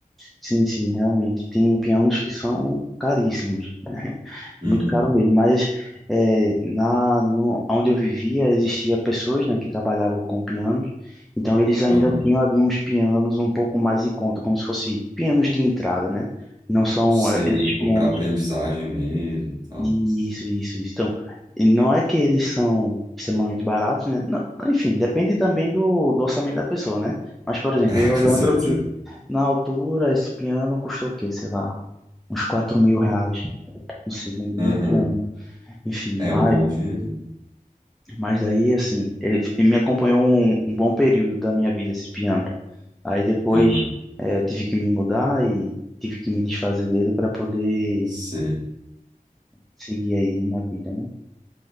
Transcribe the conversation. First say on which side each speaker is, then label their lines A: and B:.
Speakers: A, in the centre; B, on the right (about 25°).
A: Sim, sim, realmente. Tem pianos que são caríssimos, né? <laughs>
B: Uhum,
A: Muito caro mesmo. Mas é, na, no, onde eu vivia, existia pessoas, né, que trabalhavam com pianos. Então, eles ainda
B: uhum.
A: tinham ali uns pianos um pouco mais em conta, como se fosse pianos de entrada, né? Não são
B: Sei,
A: é, esses
B: tipo,
A: pianos
B: para aprendizagem mesmo, e tal.
A: isso, isso, isso. Então, e não é que eles são extremamente baratos, né? Não, enfim, depende também do, do orçamento da pessoa, né? Mas, por exemplo,
B: <laughs>
A: eu lembro
B: Com certeza.
A: que na altura esse piano custou o quê? Sei lá, uns quatro mil reais. Não sei nem
B: Uhum.
A: que ano. Enfim,
B: É
A: mas,
B: um bom dinheirinho.
A: mas daí, assim, ele, ele me acompanhou um, um bom período da minha vida, esse piano. Aí depois
B: Uhum.
A: eh, eu tive que me mudar e tive que me desfazer dele para poder
B: Sei.
A: seguir aí minha vida, né?